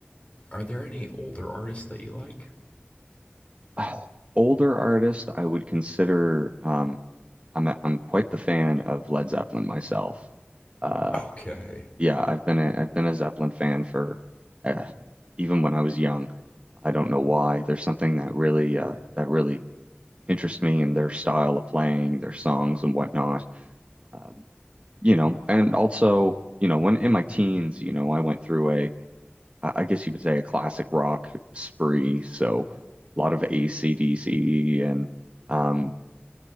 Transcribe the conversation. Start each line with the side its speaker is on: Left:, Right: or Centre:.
Left: Are there any older artists that you like?
Right: <sighs> Older artist, I would consider. Um, I'm a, I'm quite the fan of Led Zeppelin myself. Uh,
Left: Okay,
Right: yeah, I've been a, I've been a Zeppelin fan for uh, even when I was young. I don't know why. There's something that really uh, that really interests me in their style of playing, their songs and whatnot. Um, you know, and also, you know, when in my teens, you know, I went through a I I guess you would say a classic rock spree. So a lot of AC/DC and um,